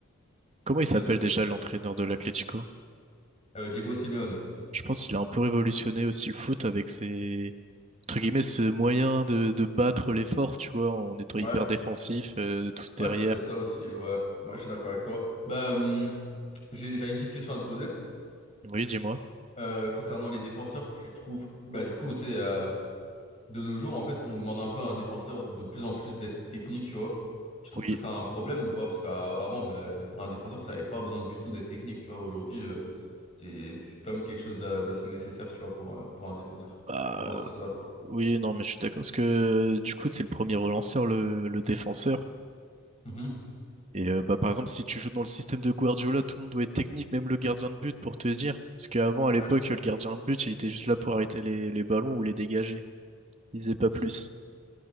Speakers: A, on the right (about 30°); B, on the left (about 30°).
A: comment il s'appelle
B: Vas-y, vas-y.
A: déjà l'entraîneur de l'Atlético?
B: Euh, Diego Simeone.
A: Je pense qu'il a un peu révolutionné aussi le foot avec ses, entre guillemets, ce moyen de, de battre l'effort, tu vois, en étant
B: Ouais,
A: hyper défensif, euh, de tous derrière.
B: ouais, c'est peut-être ça aussi, ouais. Moi je suis d'accord avec toi. Bah, hum, j'ai, j'avais une petite question à te poser.
A: Oui, dis-moi.
B: Euh, concernant les défenseurs, tu trouves... Bah du coup, tu sais, euh, de nos jours, en fait, on demande un peu à un défenseur de plus en plus d'être technique, tu vois. Tu trouves
A: Oui.
B: que ça a un problème ou pas? Parce qu'avant, bah, un défenseur, ça n'avait pas besoin du tout d'être technique, tu vois. Aujourd'hui, euh, c'est c'est quand même quelque chose d'a- d'assez nécessaire, tu vois, pour, euh, pour un défenseur.
A: Bah,
B: T'en penses quoi de ça, toi?
A: oui, non, mais je suis d'accord. Parce que, euh, du coup, c'est le premier relanceur, le, le défenseur.
B: Mhm.
A: Et euh, bah, par exemple, si tu joues dans le système de Guardiola, tout le monde doit être technique, même le gardien de but, pour te dire. Parce qu'avant, à l'époque,
B: Ouais.
A: le gardien de but, il était juste là pour arrêter les, les ballons ou les dégager. Il faisait pas
B: Mm.
A: plus.